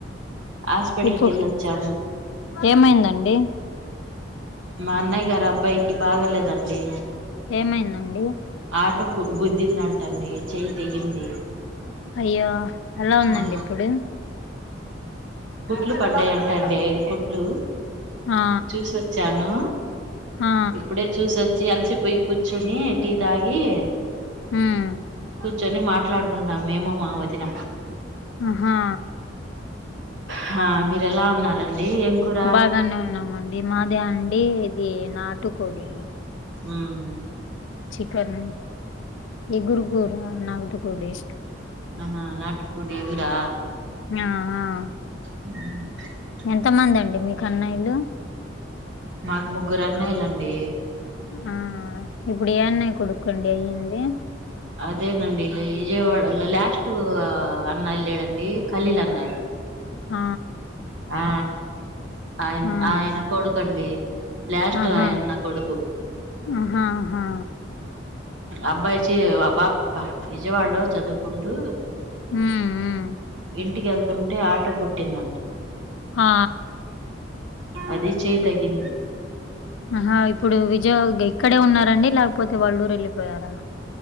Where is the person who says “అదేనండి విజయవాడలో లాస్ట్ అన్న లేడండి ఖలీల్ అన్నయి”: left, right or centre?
Right